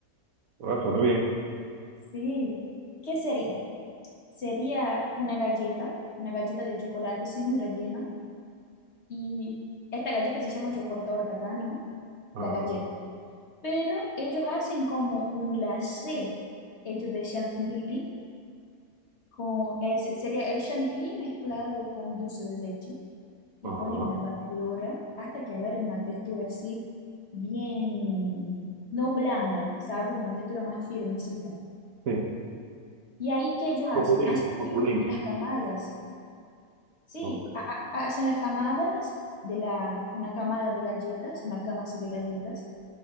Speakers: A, on the right; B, on the left.
A: Ah, suena bien.
B: Sí. ¿Qué sería? Sería una galleta, una galleta de chocolate sin relleno. Y esta galleta se llama chocotorta acá, ¿no?
A: Ajá,
B: La galleta. Pero ellos hacen como un glacé hecho de chantilly. Con, ese sería el chantilly mezclado con dulce de leche.
A: ajá,
B: Y ponen la batidora hasta que agarre una textura así bien, no blanda, ¿sabe? Una textura más firmecita.
A: sí.
B: Y ahí, ¿qué ellos hacen?
A: Copudín,
B: Hacen también
A: copudín.
B: las camadas. Sí,
A: Ok,
B: ha- ha- hacen las camadas de la, una camada de galletas, una cama así de galletas,